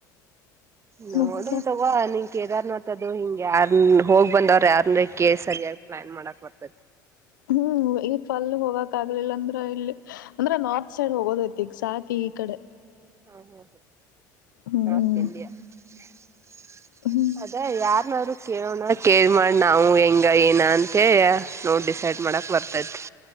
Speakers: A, on the right; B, on the left.
A: ನೋಡಿ
B: ಮತ್ತ
A: ತೊಗೋ ಅನಿಗ್ ಕೇದಾರನಾಥದು ಹಿಂಗ್ಯಾರ್--ನ ಹೋಗಿ ಬಂದವರರ್ಯಾನರ್ ಕೇಳಿ ಸರಿಯಾಗಿ ಪ್ಲಾನ್ ಮಾಡಕ್ ಬರ್ತೆತಿ
B: ಹೊಂ ಈ ಪಲ್ ಗೆ ಹೋಗಾಕ್ ಆಗ್ಲಿಲ್ಲ ಅಂದ್ರ ಇಲ್ಲಿ ಅಂದ್ರ ನಾರ್ತ್ ಸೈಡ್ ಹೋಗದೈತಿ ಈಗ ಸಾಕಿ ಈ ಕಡೆ
A: ಹ್ಮ ಹ್ಮ -ಹ್ಮ
B: ಹ್ಮ್
A: ನಾರ್ತ್ ಇಂಡಿಯಾ ಇಂಡಿಯಾ
B: ಹ್ಮ್
A: ಅದ ಯಾರ ಈಗಾದ್ರೂ ಕೇಳೋಣ ಕೇಳಿ ಮಾಡಿ ನಾವು ಹೆಂಗ ಏನ ಅಂತಯ ನೋಡ್ ಡಿಸೈಡ್ ಮಾಡಕ ಬರ್ತೈತಿ-